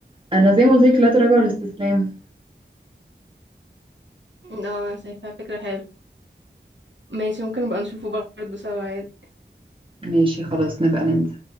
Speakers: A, on the right; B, on the right.
A: انا زي ما قلت لك لا تراجع ولا استسلام
B: اه شايفه فكره حلوه ماشي ممكن نبقى نشوفه برضه سوا
A: ماشي خلاص نبقى ننزل